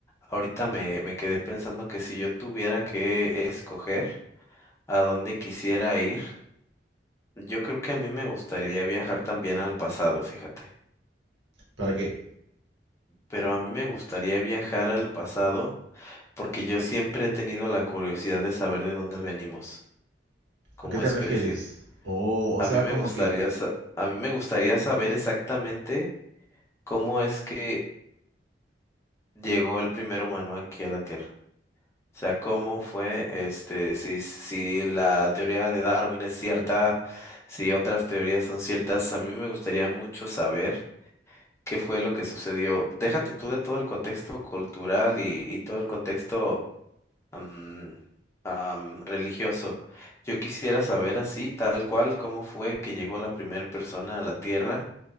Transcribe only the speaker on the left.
ahorita me, me quedé pensando que si yo tuviera que escoger a dónde quisiera ir, yo creo que a mí me gustaría viajar también al pasado, fíjate,
pero a mí me gustaría viajar al pasado porque yo siempre he tenido la curiosidad de saber de dónde venimos como
especie.
A
mí me
gustaría,
sa- a mí me gustaría saber exactamente cómo es que llegó el primer humano aquí a la Tierra. O sea, cómo fue, este, si, si la teoría de Darwin es cierta, si otras teorías son ciertas. A mí me gustaría mucho saber qué fue lo que sucedió. Déjate tú de todo el contexto cultural y, y todo el contexto am, am, religioso. Yo quisiera saber así, tal cual, cómo fue que llegó la primera persona a la Tierra